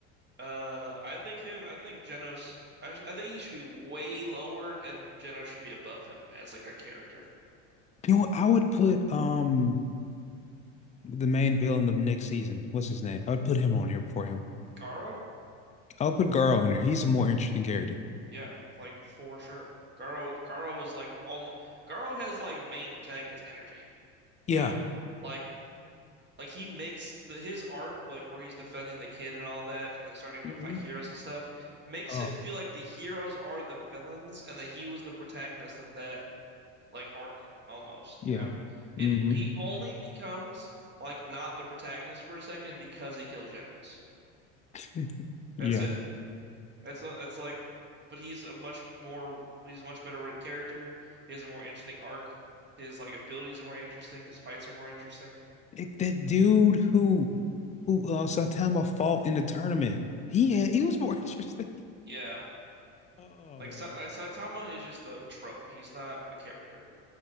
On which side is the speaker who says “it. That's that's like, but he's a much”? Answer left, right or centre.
Right